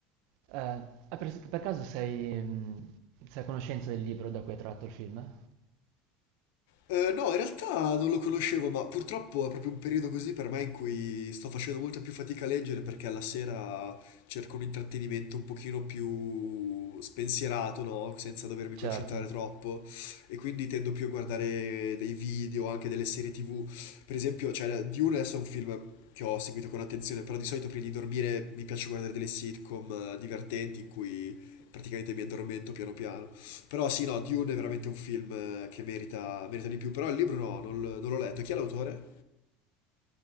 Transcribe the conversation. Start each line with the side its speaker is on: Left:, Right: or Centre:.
Right: Eh, ah, per, per caso sei, mh, sei a conoscenza del libro da cui è tratto il film?
Left: Eh, no, in realtà non lo conoscevo, ma purtroppo è proprio un periodo così per me in cui sto facendo molta più fatica a leggere perché alla sera cerco un intrattenimento un pochino più spensierato, no? Senza dovermi
Right: Certo.
Left: concentrare troppo e quindi tendo più a guardare dei video, anche delle serie TV. Per esempio, cioè, Dune adesso è un film che ho seguito con attenzione, però di solito prima di dormire mi piace guardare delle sitcom eh, divertenti in cui praticamente mi addormento piano piano. Però sì, no, Dune è veramente un film eh, che merita, merita di più, però il libro no, non, l- non l'ho letto. Chi è l'autore?